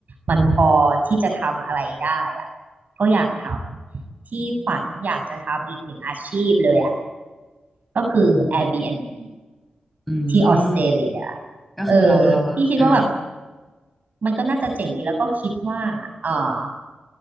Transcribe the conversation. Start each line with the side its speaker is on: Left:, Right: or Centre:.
Right: มันพอที่จะทำอะไรได้อ่ะก็อยากทำที่ฝันอยากจะทำอีกหนึ่งอาชีพเลยอ่ะก็คือ
Centre: อืม
Right: Airbnb
Centre: อืม
Right: ที่ออสเตรเลีย
Centre: ก็คือเราเราเออ
Right: เออพี่คิดว่าแบบมันก็น่าจะเจ๋งดีแล้วก็คิดว่าเออ